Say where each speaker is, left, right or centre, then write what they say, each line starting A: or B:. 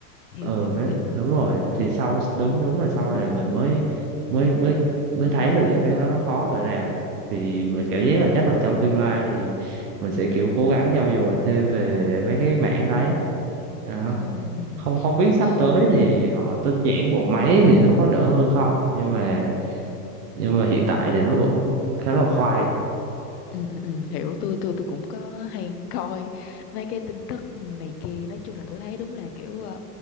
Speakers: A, on the left; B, on the right.
A: hiểu
B: ừ
A: hiểu
B: cái
A: hiểu
B: đúng rồi thì sau đúng đúng là sau này mình mới mới mới mới thấy được những cái đó nó khó cỡ nào thì mình
A: ừ
B: cảm giác là chắc là trong tương lai thì mình sẽ kiểu cố gắng trau dồi thêm về mấy cái mảng đấy Đó.
A: ừ ừ ừ.
B: không không biết
A: ờ
B: sắp tới thì họ tinh giản bộ máy thì nó có đỡ hơn không nhưng mà nhưng mà hiện tại thì nó vẫn khá là khoai
A: Ừ, ừ, ừ, hiểu tôi tôi tôi cũng có hay coi mấy cái tin tức này kia nói chung là tôi thấy đúng là kiểu ờ,